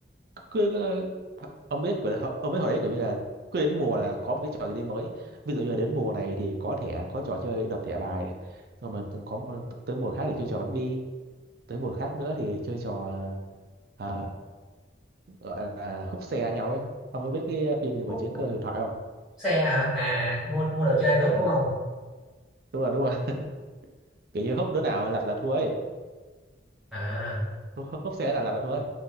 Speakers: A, on the right; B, in the centre.
A: cứ, cứ ông biết của ông biết hồi đấy kiểu như là cứ đến mùa là có một cái trò gì đấy mới ví dụ như là đến mùa này thì có thẻ có trò chơi đập thẻ bài rồi mà từng có tới mùa khác thì chơi trò bắn bi tới mùa khác nữa thì chơi trò à, gọi là húp xe nhau ấy ông có biết cái ờ, phim gì mà
B: hút
A: chiến cơ huyền thoại không
B: xe hả à, à mua mua đồ chơi mà hút
A: ờ
B: đúng không
A: đúng rồi đúng rồi <laughs> kiểu như húp đứa nào lật là thua ấy
B: à
A: húp, húp xe nào lật là thua ấy